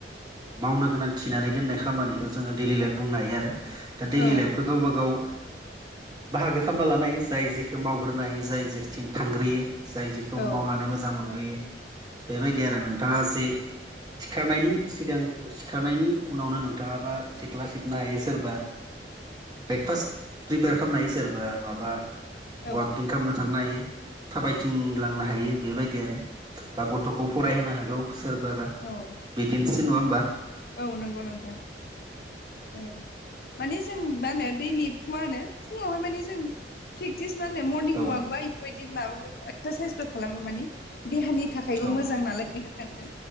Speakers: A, on the right (about 25°); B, on the left (about 55°).
A: मावनो गोनां खिनानै दोननाय खामानिखौ जोङो दैडलि लाइफ बुंनो हायो आरो। दा दैडलि
B: औ
A: लाइफखौ गावबा गाव ओ बाहागो खालामना लानो हायो जाय जेखौ मावग्रोनो हायो जाय जेथिं थांग्रोयो जाय जेखौ
B: औ
A: मावनानै मो जां मोनग्रोयो बेबायदि आरो नोंथाङा जे सिखारनायनि सिगां सिखारनायनि उनावनो नोंथाङाबा सिथ्ला सिबनो हायो सोरबा ब्रेकफास्ट प्रिपेयार खालामनो हायो सोरबा माबा
B: औ
A: वाकिं खालामनो थांनो हायो थाबायथिंलांनो हायो बेबायदि आरो बा गथ'खौ फरायहोनो हागौ सोरबाबा
B: औ
A: दिनसे नङाम्बा?
B: औ नंगौ नोंथां औ माने जों मा होनो दैलि फुङनो फुङावहाय माने जों प्रेक्टिस मा होनो मरनिं
A: औ
B: अवाक बा इफोरबायदि माबाफोर एक्सारसाइसफोर खालामो मानिे देहानि थाखायबो
A: औ
B: मोजां नालाय बेनि थाखाय